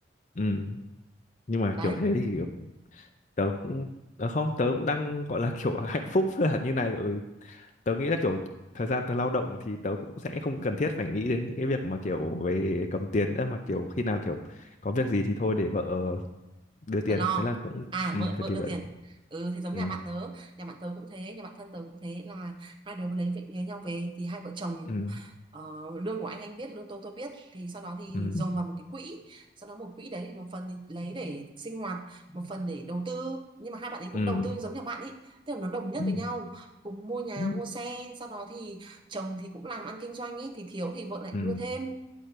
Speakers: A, on the left (about 40°); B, on the right (about 25°).
A: ừ nhưng mà
B: đấy
A: kiểu thế thì tớ cũng tớ không tớ cũng đang gọi là kiểu <laughs> hạnh phúc là như này rồi tớ nghĩ là kiểu thời gian tớ lao động thì tớ cũng sẽ không cần thiết phải nghĩ đến những cái việc mà kiểu về cầm tiền nữa mà kiểu khi nào kiểu có việc gì thì thôi để vợ đưa tiền
B: vợ lo
A: thế là cũng
B: à
A: ừ,
B: vợ
A: phải
B: vợ
A: thì
B: đưa
A: vợ
B: tiền ừ thì giống
A: ừ,
B: nhà bạn tớ nhà bạn tớ cũng thế nhà bạn thân tớ cũng thế là hai đứa lấy việc lấy nhau về thì hai vợ chồng
A: ừ,
B: ờ, lương của anh anh biết lương tôi tôi biết thì sau đó thì
A: ừ,
B: dồn vào một cái quỹ sau đó một quỹ đấy thì một phần thì lấy để sinh hoạt một phần để đầu tư nhưng mà hai bạn ấy cũng
A: ừ,
B: đầu tư giống nhà bạn ấy tức là nó đồng nhất
A: ừ,
B: với
A: ừ,
B: nhau cùng mua nhà
A: ừ,
B: mua xe sau đó thì chồng thì cũng làm ăn kinh doanh ấy thì thiếu thì vợ lại
A: ừ.
B: đưa thêm